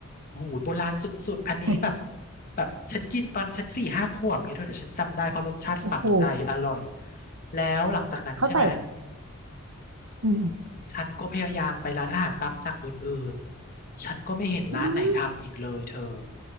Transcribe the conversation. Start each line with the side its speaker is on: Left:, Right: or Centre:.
Left: โอ้โหโบราณสุดๆอันนี้แบบ
Right: <laughs>
Left: แบบฉันกินตอนฉันสี่ห้าขวบเงี้ยเธอแต่ฉันจำได้เพราะรสชาติฝังใจอร่อย
Right: โอ้โห
Left: แล้วหลังจากนั้นใช่ไหม
Right: เขาใส่อืม
Left: ฉันก็พยายามไปร้านอาหารตามสั่งอื่นๆฉันก็ไม่เห็นร้านไหนทำอีกเลยเธอ
Right: อืม